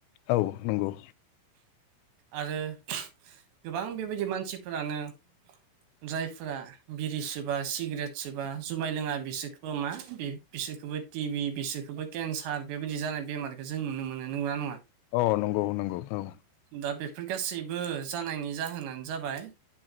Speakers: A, on the left; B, on the right.
A: औ नंगौ।
B: आरो गोबां बेबायदि मानसिफोरानो जायफोरा बिरि सोबा सिगारेट सोबा जुमाय लोङा बिसोरखौ मा बे बिसोरखौबो टिभि बिसोरखौबो केन्सार बेबायदि जानाय बेमारखौ जों नुनो मोनो, नंगौना नङा?
A: अ नंगौ नंगौ औ।
B: दा बेफोर गासैबो जानायनि जाहोनानो जाबाय